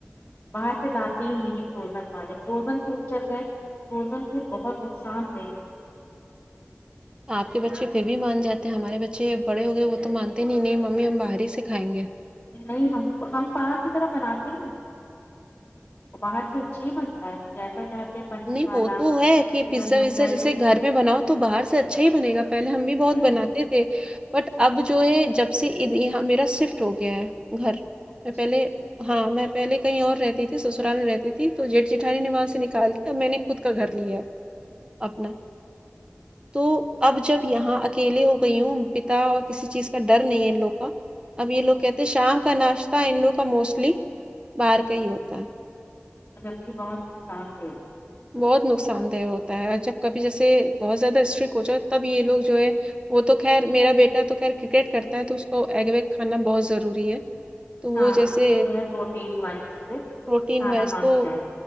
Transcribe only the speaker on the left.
باہر سے لاتے ہی نہیں فروزن والے فروزن فوڈ جل گئے فروزن فوڈ بہت نقصان دہ
نہیں ہم ہم باہر کی طرح بناتے ہی ہیں باہر سے اچھے ہی بنتا ہے جسا چاہتے پنیر
والا
چکن
ہو،
ویج
ہ
اچھا
جی۔
اگر کی بہت صاف ہے
ہاں
اس کو تو ہے پروٹین والی چیزیں
کھانا
مست
ہے